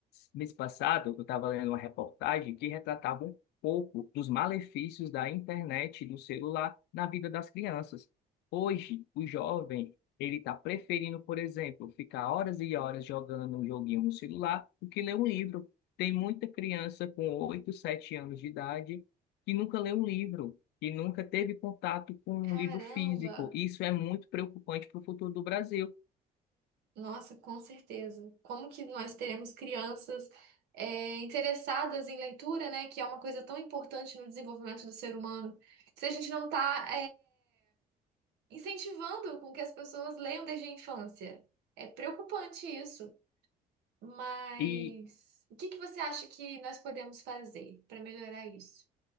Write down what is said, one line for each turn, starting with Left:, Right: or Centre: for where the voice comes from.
Left: Mês passado, eu estava lendo uma reportagem que retratava um pouco dos malefícios da internet e do celular na vida das crianças. Hoje, o jovem, ele está preferindo, por exemplo, ficar horas e horas jogando um joguinho no celular do que ler um livro. Tem muita criança com 8 7 anos de idade que nunca lê um livro, que nunca teve contato com um
Right: Caramba!
Left: livro físico. Isso é muito preocupante para o futuro do Brasil.
Right: Nossa, com certeza. Como que nós teremos crianças é, interessadas em leitura, né? Que é uma coisa tão importante no desenvolvimento do ser humano. Se a gente não está incentivando com que as pessoas leiam desde a infância. É preocupante isso. Mas
Left: E
Right: o que que você acha que nós podemos fazer para melhorar isso?